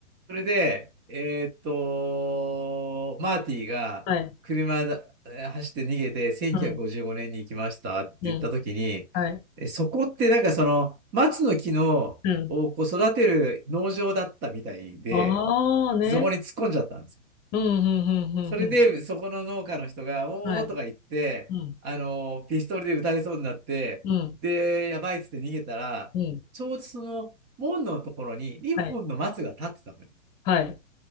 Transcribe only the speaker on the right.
それで、えーっと、マーティが車だ、
えー走って逃げて1955年に行きましたって言った時に、
えそこってなんかその松の木のをこう育てる農場だったみたいで、
そこに突っ込んじゃったんですよ。
それでそこの農家の人が、
おーとか言って、
あのーピストルで撃たれそうになって、
で、やばいっつって逃げたら、
ちょうどその門のところに2本の松が立ってたのよ。